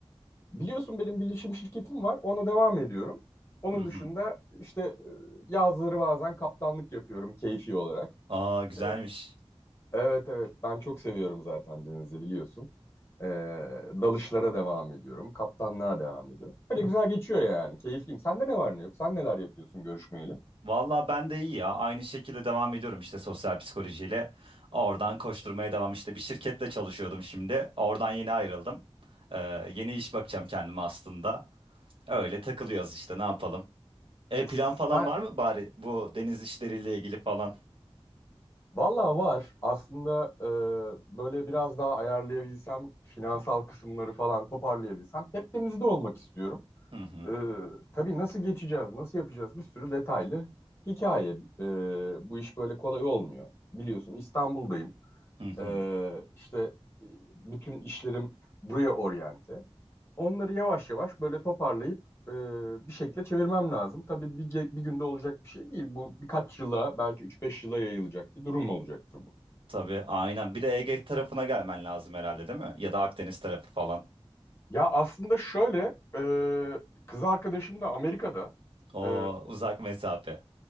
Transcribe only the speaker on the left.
Biliyorsun benim bilişim şirketim var. Ona devam ediyorum. Onun
dışında işte e, yazları bazen kaptanlık yapıyorum keyfi olarak.
E, Evet evet ben çok seviyorum zaten denizi biliyorsun. E, dalışlara devam ediyorum. Kaptanlığa devam ediyorum. Böyle güzel geçiyor yani. Keyifliyim. Sende ne var ne yok? Sen neler yapıyorsun görüşmeyeli?
E,
Sen,
valla var. Aslında e, böyle biraz daha ayarlayabilsem, finansal kısımları falan toparlayabilsem hep denizde olmak istiyorum.
E, tabii nasıl geçeceğiz, nasıl yapacağız bir sürü detaylı hikaye. E, bu iş böyle kolay olmuyor. Biliyorsun İstanbul'dayım.
E, işte e, bütün işlerim buraya oryante. Onları yavaş yavaş böyle toparlayıp e, bir şekilde çevirmem lazım. Tabii bir, ge- bir günde olacak bir şey değil. Bu birkaç yıla belki üç beş yıla yayılacak bir durum olacaktır bu.
Ya aslında şöyle e, kız arkadaşım da Amerika'da.
E,